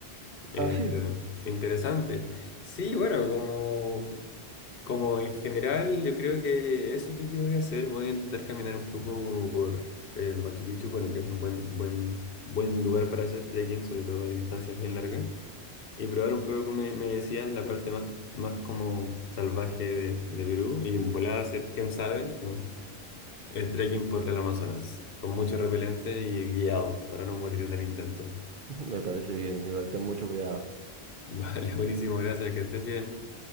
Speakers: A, on the left; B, on the right.
A: Eh,
B: Ah, sí,
A: pero interesante. Sí, bueno, como, como en general, yo creo que eso es lo que voy a hacer. Voy a intentar caminar un poco por eh, Machu Picchu, bueno, que es un buen, buen, buen lugar para hacer trekking, sobre todo hay distancias bien largas. Y probar un poco, como me, me decías, la parte más, más como salvaje de, de Perú. Y volar a hacer, quién sabe, un eh, trekking por el Amazonas, con mucho repelente y guiado, para no morir en el intento.
B: me parece bien. Igual ten mucho cuidado.
A: <laughs> Vale, buenísimo, gracias, que estés bien.